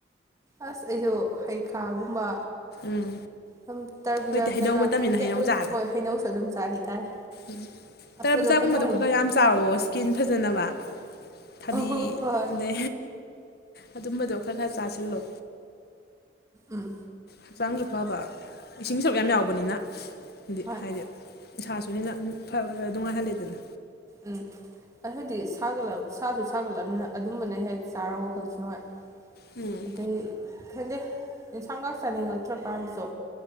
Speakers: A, on the right (about 20°); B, on the left (about 60°).
A: ꯑꯁ ꯑꯩꯁꯨ ꯍꯩꯈꯥꯒꯨꯝꯕ
B: ꯎꯝ
A: ꯑꯗꯨꯝ ꯇꯔꯕꯨꯖꯥ
B: ꯍꯣꯏꯗꯤ ꯍꯩꯅꯧ
A: ꯀꯩꯀꯥ
B: ꯃꯇꯝꯅꯤꯅ
A: ꯈꯪꯗꯦ
B: ꯍꯩꯅꯧ
A: ꯑꯗꯨꯝ
B: ꯆꯥꯔꯦ
A: ꯍꯣꯏ ꯍꯩꯅꯧꯁꯨ ꯑꯗꯨꯝ ꯆꯥꯏ ꯍꯥꯏꯇꯥꯔꯦ
B: ꯎꯝ ꯇꯔꯥ
A: ꯑꯁ
B: ꯄꯨꯖꯥꯒꯨꯝꯕꯗꯣ
A: ꯑꯗꯣ ꯍꯩꯅꯧ ꯑꯩ
B: ꯈꯔ ꯈꯔ ꯌꯥꯝ ꯆꯥꯎꯋꯣ ꯏꯁꯀꯤꯟ ꯐꯖ ꯅꯕ ꯊꯕꯤ
A: ꯑ ꯍꯣꯏ ꯍꯣꯏ
B: ꯑꯗ ꯑꯗꯨꯝꯕꯗꯣ ꯈꯔ ꯈꯔ ꯆꯥꯁꯤꯜꯂꯣ
A: ꯎꯝ
B: ꯍꯛꯆꯥꯡꯁꯨ ꯐꯕ ꯏꯁꯤꯡ ꯁꯔꯨꯛ ꯌꯥꯝ ꯌꯥꯎꯕꯅꯤꯅ ꯗꯤ
A: ꯍꯣꯏ
B: ꯍꯥꯏꯗꯤ ꯏꯁꯥꯁꯨ ꯍꯦꯟꯅ ꯅꯨꯡꯉꯥꯏꯍꯜꯜꯂꯤꯗꯅ
A: ꯎꯝ ꯑꯗꯨꯗꯤ ꯁꯥꯒꯠꯂ ꯁꯥꯁꯨ ꯁꯥꯒꯠꯂꯕꯅꯤꯅ ꯑꯗꯨꯝꯕꯅ ꯍꯦꯛ ꯆꯥꯔ ꯋꯥꯈꯜꯗꯁꯨ ꯅꯨꯡꯉꯥꯏ
B: ꯎꯝ
A: ꯑꯗꯒꯤ ꯈꯦꯟꯗꯦ ꯌꯦꯟꯁꯥꯡꯒꯥꯛ ꯆꯥꯅꯤꯡꯉꯛꯇ꯭ꯔꯀꯥꯟꯗꯁꯨ